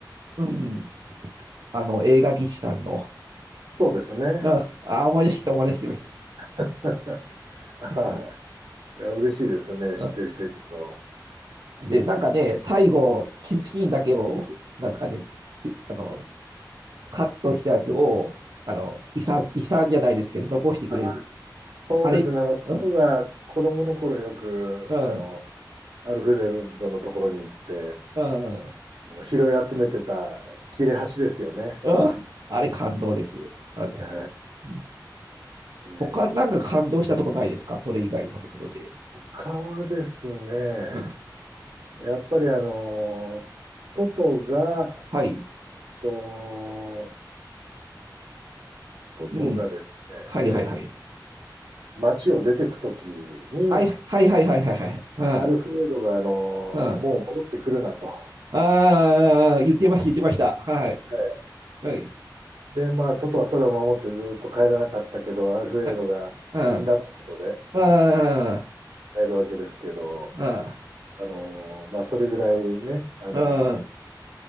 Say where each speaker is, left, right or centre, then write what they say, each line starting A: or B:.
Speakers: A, on the right; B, on the right.
A: うん、あの、映画技師さんの、
B: そうですね。
A: うん、あ、思い出してきた、思い出してきました。
B: <laughs> あー
A: 確かにあれ。
B: いや、嬉しいですね、
A: う
B: 知ってる人いると。
A: ん、<laughs> で、なんかね、最後、キスシーンだけを、なんですかね、ちあの、カットしたやつを、あの、遺産、遺産じゃないですけど、残してくれる。
B: あ、そうですね、
A: あれ、
B: あの、トトが子供の頃よく、
A: うん、うん、
B: あの、アルフレードのところに行って、
A: うん、
B: もう拾い集めてた切れ端ですよね。
A: うん、あれ感動です。あれ。
B: えー、
A: うん
B: えー、
A: 他なんか感動したとこないですかそれ以外のところで。
B: 他はですね、
A: うん、
B: やっぱりあの、トトが、
A: はい。
B: と、トトがです
A: うん。はいはいはい。
B: ね、えー街を出てくときに、
A: はいはいはいはいはいはい。
B: アルフレードがあの、もう戻ってくるなと。
A: うん。うん。
B: は
A: ああ、言ってました、言ってました。はい。
B: い
A: はい。
B: で、まあ、トトはそれを守ってずっと帰らなかったけど、アルフレードが死んだってことで
A: はい。うん。ああ、
B: 帰るわけですけど、
A: あ
B: あの、まあ、それぐらいね、あの、
A: あ、